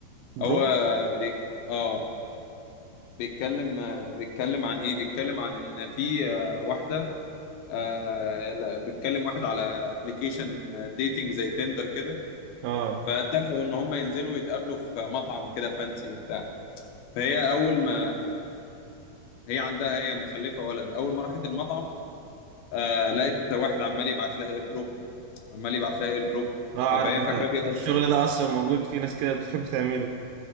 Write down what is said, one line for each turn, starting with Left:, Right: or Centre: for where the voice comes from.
Left: هو
Right: دراما
Left: بيك اه بيتكلم آه، بيتكلم عن ايه بيتكلم عن ان في آه، واحده آه لا، بيتكلم واحد على ابلكيشن ديتنج زي تندر كده
Right: اه
Left: فاتفقوا ان هم ينزلوا يتقابلوا في مطعم كده فانسي وبتاع فهي اول ما هي عندها هي مخلفه ولد اول ما راحت المطعم آه لقيت واحد عمال يبعت لها اير دروب عمال يبعت لها اير دروب
Right: اه عارف
Left: آه فهي
Right: انا
Left: فاكراه بيهزر
Right: الشغل ده اصلا موجود في ناس كده بتحب تعمله